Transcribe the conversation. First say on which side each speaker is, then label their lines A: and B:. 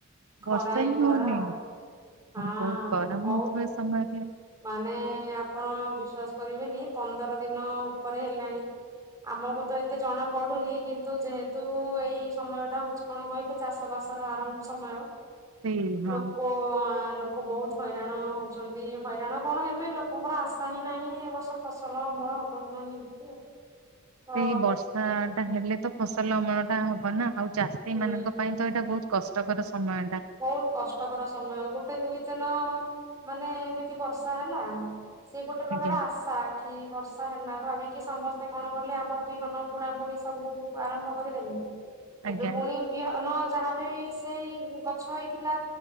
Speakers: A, on the right (about 15°); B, on the right (about 75°).
A: ଖରା
B: ବର୍ଷା
A: ହିଁ
B: ହଉନି।
A: ଖରା ହଁ
B: ବହୁତ ଗରମ
A: ବହୁତ
B: ହଉଥିବା ଏ ସମୟରେ
A: ମାନେ ଆପଣ ବିଶ୍ଵାସ କରିବେନି ପନ୍ଦର ଦିନ ଉପରେ ହେଲାଣି ଆମକୁ ତ ଏତେ ଜଣା ପଡୁନି କିନ୍ତୁ ଯେହେତୁ ଏଇ ସମୟ ଟା ହଉଛି କଣ କହିଲେ ଚାଷ ବାସ ର ଆରମ୍ଭ ସମୟ
B: ସେଇ ହଁ।
A: ଲୋକ ଲୋକ ବହୁତ ହଇରାଣ ହଉଛନ୍ତି। ହଇରାଣ କଣ ହେବେ ଲୋକଙ୍କର ଆଶା ହିଁ ନାହିଁ ଏ ବର୍ଷ ଫସଲ ଅମଳ ହବ କି ନାହିଁ ଏମିତି ଆଉ। ତ
B: ସେଇ ବର୍ଷା ଟା ହେଲେ ତ ଫସଲ ଅମଳ ଟା ହବ ନା ଆଉ। ଚାଷୀ
A: ହୁଁ
B: ମାନଙ୍କ ପାଇଁ ତ ଏଇଟା ବହୁତ କଷ୍ଟକର। ସମୟ ଟା
A: ବହୁତ କଷ୍ଟକର ସମୟ ଗୋ ଗୋଟେ ଦୁଇ ଦିନ ମାନେ, ଏମିତି ବର୍ଷା ହେଲା ସେ ଗୋଟେ ପ୍ରକାର
B: ଆଜ୍ଞା
A: ଆଶା କି -ବର୍ଷା ହେଲା ଭାବିକି ସମସ୍ତେ କଣ କଲେ ଆମର ବିହନ ବୁଣା ବୁଣି ସବୁ ଆରମ୍ଭ କରିଦେଲେ କି ଏବେ
B: ଆଜ୍ଞା
A: ପୁଣି ବିହନ ଯାହା ବି ସେଇ ଗଛ ହେଇଥିଲା